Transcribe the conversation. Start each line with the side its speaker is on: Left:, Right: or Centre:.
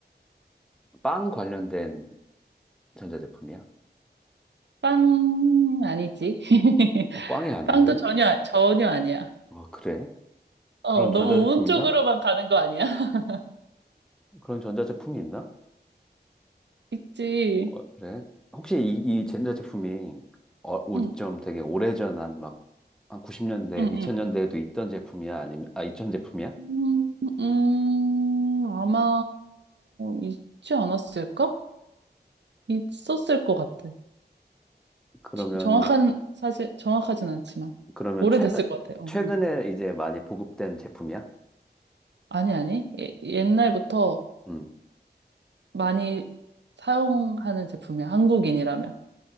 Centre: 빵 관련된 전자제품이야?
Right: 빵, 아니지. <laughs>
Centre: 어, 빵이 아닌데?
Right: 빵도 전혀, 아- 전혀 아니야.
Centre: 어, 그래?
Right: 어,
Centre: 그런
Right: 너무
Centre: 전자제품
Right: 오른쪽으로만
Centre: 있나?
Right: 가는 거 아니야? <laughs>
Centre: 그런 전자제품이 있나?
Right: 있지.
Centre: 어, 그래? 혹시 이, 이 젠자 제품이 어, 우리
Right: 응,
Centre: 좀 되게 오래전 한 막, 한 90년대,
Right: 응,
Centre: 2000년대에도
Right: 응.
Centre: 있던 제품이야? 아니면, 아, 2000 제품이야?
Right: 음, 음, 아마 있지 않았을까? 있었을 것 같아.
Centre: 그러면,
Right: 저- 정확한 사실 정확하진 않지만
Centre: 그러면
Right: 오래됐을
Centre: 최근,
Right: 것 같아요.
Centre: 최근에
Right: 음.
Centre: 이제 많이 보급된 제품이야?
Right: 아니 아니 예- 옛날부터
Centre: 음.
Right: 많이 사용하는 제품이야. 한국인이라면